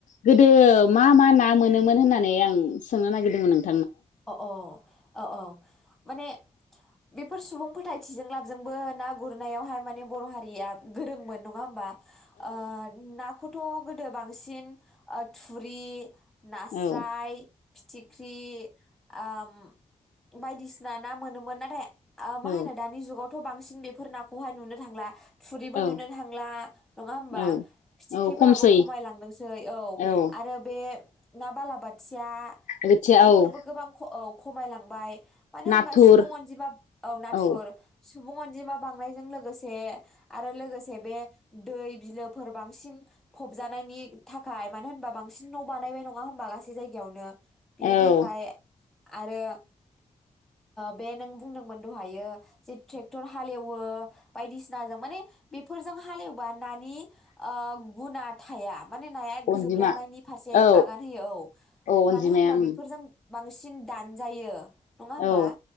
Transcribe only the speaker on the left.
गोदो मा मा ना ना मोनो मोन होननानै आं सोंनो नागिरदों <unintelligible>
औ-औ-औ-औ-औ
औ
औ
औ
औ खमसै
औ-औ
बोथिया
औ-औ
नाथुर
औ-औ-औ
औ
अनजिमा
औ
औ
अनजिमाया
उम
औ